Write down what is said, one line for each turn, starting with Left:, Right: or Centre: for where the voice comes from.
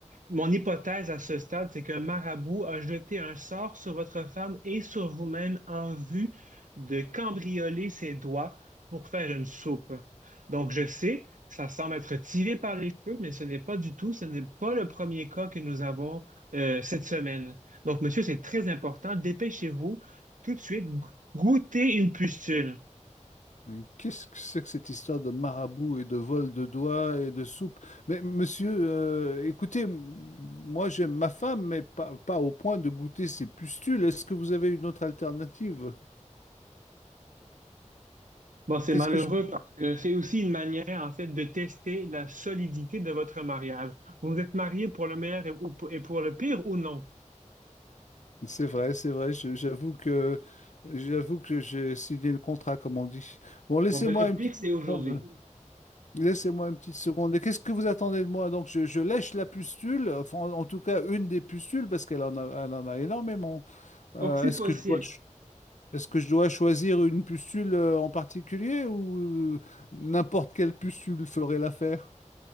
Right: Mon hypothèse à ce stade, c'est qu'un marabout a jeté un sort sur votre femme et sur vous-même en vue de cambrioler ses doigts pour faire une soupe. Donc, je sais, ça semble être tiré par les cheveux, mais ce n'est pas du tout, ce n'est pas le premier cas que nous avons euh, cette semaine. Donc, monsieur, c'est très important. Dépêchez-vous tout de suite, go- goûtez une pustule.
Left: Mais qu'est-ce que c'est que cette histoire de marabout et de vol de doigts et de soupe? Mais monsieur, euh, écoutez, m- moi j'aime ma femme, mais pas, pas au point de goûter ses pustules. Est-ce que vous avez une autre alternative?
Right: Bon, c'est
Left: Qu'est-ce
Right: malheureux
Left: que je...
Right: parce que c'est aussi une manière, en fait, de tester la solidité de votre mariage. Vous êtes marié pour le meilleur et, ou pour et pour le pire ou non?
Left: C'est vrai, c'est vrai, je- j'avoue que j'avoue que j'ai signé le contrat, comme on dit. Bon, laissez-moi
Right: Bon, ben, le
Left: une
Right: pire,
Left: petite
Right: c'est aujourd'hui.
Left: seconde. Laissez-moi une petite seconde. Et qu'est-ce que vous attendez de moi? Donc, je, je lèche la pustule, enfin, en, en tout cas, une des pustules, parce qu'elle en a, elle en a énormément. Euh,
Right: Donc, c'est
Left: est-ce
Right: possible.
Left: que je dois Est-ce que je dois choisir une pustule euh, en particulier ou euh, n'importe quelle pustule ferait l'affaire?